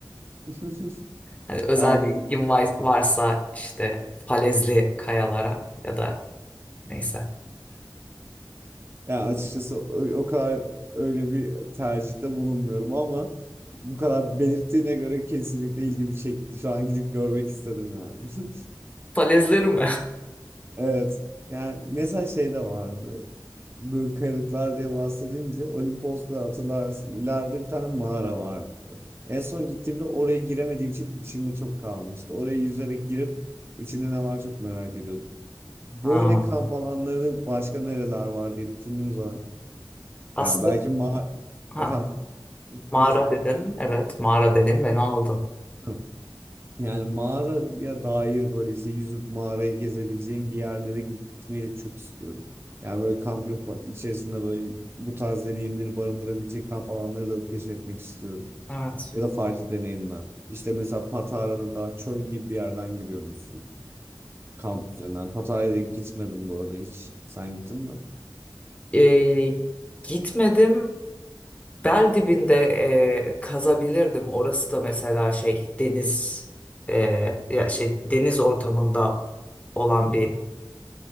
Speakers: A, on the right; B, on the left.
A: <laughs>
B: hani özel
A: Anladım
B: bir ilgin var- varsa işte falezli kayalara ya da neyse.
A: Yani açıkçası o o kadar öyle bir tercihte bulunmuyorum ama bu kadar belirttiğine göre kesinlikle ilgimi çekti. Şu an gidip görmek istedim yani. <laughs>
B: Falezleri mi?
A: Evet. Yani mesela şey de vardı. Böyle kayalıklar diye bahsedince Olimpos'ta hatırlarsın. İleride bir tane mağara vardı. En son gittiğimde oraya giremediğim için içimde çok kalmıştı. Oraya yüzerek girip içinde ne var çok merak ediyordum. Böyle
B: <laughs> Ha.
A: kamp alanları başka nereler var diye düşündüğüm zaman
B: Aslında
A: Yani belki ma
B: ha,
A: efendim
B: mağara
A: lütfen.
B: dedin. Evet mağara dedin beni aldın.
A: Hı. Yani mağaraya dair böyle işte yüzüp mağarayı gezebileceğim bir yerlere gitmeyi de çok istiyorum. Yani böyle kamp yapıp içerisinde böyle bu tarz deneyimleri barındırabilecek kamp alanları da keşfetmek istiyorum.
B: Evet.
A: Ya da farklı deneyimler. İşte mesela Patara'da daha çöl gibi bir yerden giriyormuşsun kamp üzerinden. Patara'ya da gitmedim bu arada hiç. Sen gittin mi?
B: E, gitmedim Bel dibinde e, kazabilirdim. Orası da mesela şey deniz e, ya şey deniz ortamında olan
A: <laughs>
B: bir